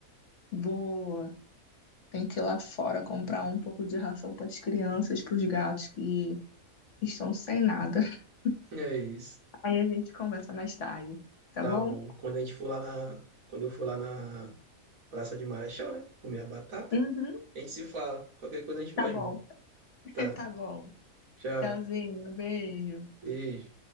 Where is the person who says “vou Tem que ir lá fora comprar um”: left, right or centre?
Left